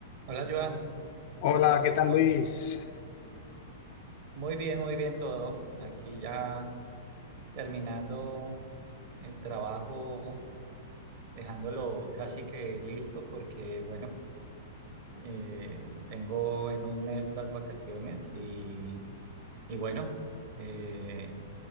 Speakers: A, on the right; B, on the left.
A: Hola Joan,
B: Hola,
A: buenas tardes,
B: ¿qué tal
A: ¿cómo
B: Luis?
A: va todo? Muy bien, muy bien todo. Aquí ya terminando el trabajo, dejándolo casi que listo porque, bueno, eh, tengo en un mes las vacaciones y, y bueno, eh,